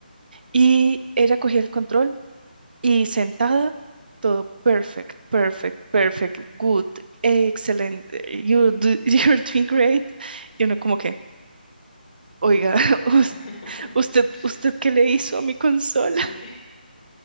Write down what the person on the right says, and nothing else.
y ella cogía el control y sentada, todo perfect, perfect, perfect, good, excelente, you do- <laughs> you're doing great. Y uno como que, oiga,
<laughs>
us-
usted, usted, ¿qué le hizo a mi consola?